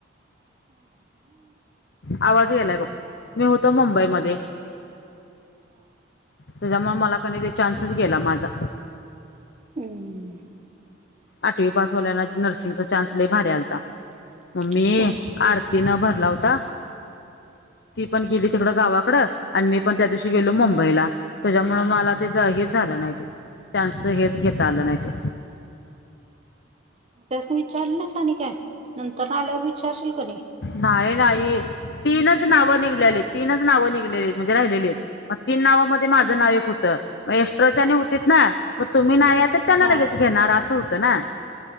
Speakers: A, on the right (about 35°); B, on the left (about 60°).
A: हम् हम्म
B: आवाज गेलाय बघ, मी होतो मुंबईमदे
A: मग होय
B: त्याच्यामुळ मला कानी ते चान्स च गेला माझा
A: अम
B: आठवी पास होल्यान नर्सिंगचा चान्स लई भारी आलता म मी
A: करायचं
B: आ तिन भरला होता, ती
A: हो
B: पण गेली तिकडं गावाकडं. आणि मी पण त्या दिवशी गेलो मुंबईला,
A: हो
B: त्याच्यामुळ मला तेहीर झालं नाही ते. चान्सच हेच घेता
A: हो
B: आलं नाही ते,
A: मग त्यासनी विचारलं ना आणि काय, नंतर आल्यावर विचारशील क नाही.
B: नाही नाही, तिनच नाव
A: नव्हतीस
B: निघलेली. तीनच नाव निघलेली म्हणजे राहिलेले, आहेत मग तीन नावामध्ये माझं
A: हा
B: नाव एक होतं. म एष्ट्राच्याने त ना
A: हा
B: मग तुम्ही नाही आ तर त्यांना
A: हा
B: लगेच घेणार असं होतं ना,